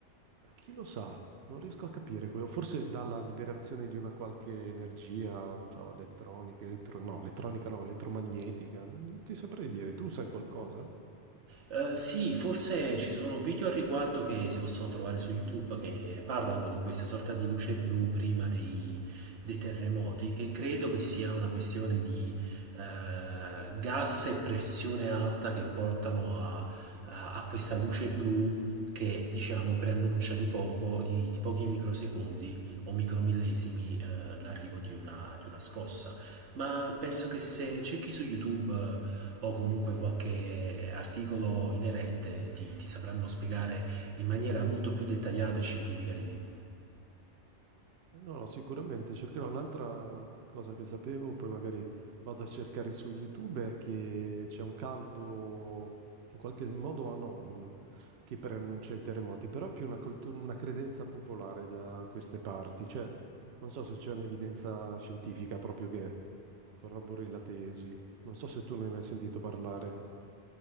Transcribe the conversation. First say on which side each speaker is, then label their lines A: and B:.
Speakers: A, on the right; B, on the right.
A: da chi lo sa, non riesco a capire, quello. forse dalla liberazione di una qualche energia, non so, elettronica, elettro- no, elettronica no, elettromagnetica, non ti saprei dire, tu sai qualcosa?
B: Eh, sì, forse ci sono video al riguardo che si possono trovare su YouTube che parlano di questa sorta di luce blu prima dei, dei terremoti, che credo che sia una questione di eh, gas e pressione alta che portano a, a- a questa luce blu che diciamo preannuncia di poco, di, di pochi microsecondi o micromillesimi eh, l'arrivo di una, di una scossa. Ma penso che se cerchi su YouTube o comunque qualche articolo inerente ti, ti sapranno spiegare in maniera molto più dettagliata e scientifica di me.
A: Eh, No, no, sicuramente cercherò un'altra cosa che sapevo, poi magari vado a cercare su YouTube, è che c'è un caldo in qualche modo anomalo che preannuncia i terremoti, però è più una, coltu- una credenza popolare da queste parti, cioè non so se c'è un'evidenza scientifica proprio che corrobori la tesi, non so se tu ne hai mai sentito parlare.